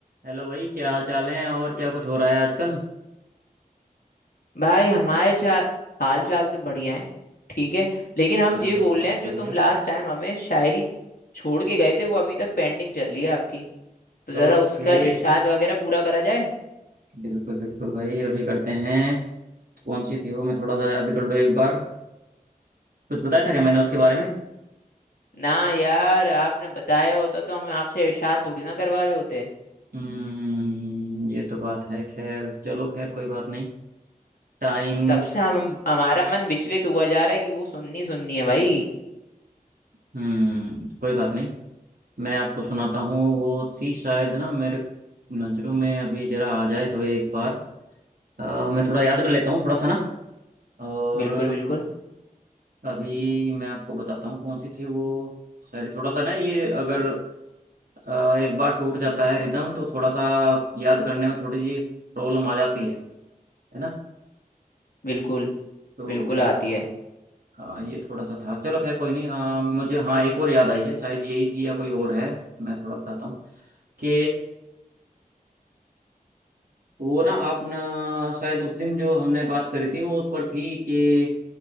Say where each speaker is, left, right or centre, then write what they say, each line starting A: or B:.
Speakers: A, on the right; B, on the left.
A: Hello भाई क्या हाल चाल है और क्या कुछ हो रहा है आजकल
B: भाई हमारे चाल हाल चाल तो बढ़िया है ठीक है लेकिन हम
A: चलो
B: ये बोल
A: बहुत
B: रहे हैं जो
A: बढ़िया
B: तुम लास्ट टाइम हमें शायरी छोड़ के गए थे वो अभी तक पेंडिंग चल रही है आपकी तो जरा
A: ओके
B: उसका इरशाद वगैरह पूरा करा जाए
A: बिल्कुल बिल्कुल भाई अभी करते हैं कौन सी थी वो मैं थोड़ा सा याद कर लूँ एक बार कुछ बताया था क्या मैंने उसके बारे में
B: ना यार आपने बताया होता तो हम आपसे इरशाद थोड़ी ना करवा रहे होते
A: हम्म ये तो बात है खैर चलो खैर कोई बात नहीं टाइम
B: तब से हम हमारा मन विचलित हुआ जा रहा है कि वो सुननी सुननी है भाई
A: हम्म कोई बात नहीं मैं आपको सुनाता हूँ वो थी शायद ना मेरे नज़रों में अभी जरा आ जाए तो एक बार अ, मैं थोड़ा याद कर लेता हूँ थोड़ा सा ना और
B: बिल्कुल बिल्कुल
A: अभी मैं आपको बताता हूँ कौन सी थी वो सॉरी थोड़ा सा ना ये अगर अ, एक बार टूट जाता है रिदम तो थोड़ा सा याद करने में थोड़ी सी प्रॉब्लम आ जाती है है ना
B: बिल्कुल
A: तो
B: बिल्कुल आती है
A: हाँ ये थोड़ा सा था चलो खैर कोई नहीं हाँ मुझे हाँ एक और याद आई है शायद यही थी या कोई और है मैं थोड़ा बताता हूँ कि वो ना आप ना शायद उस दिन जो हमने बात करी थी वो उस पर थी कि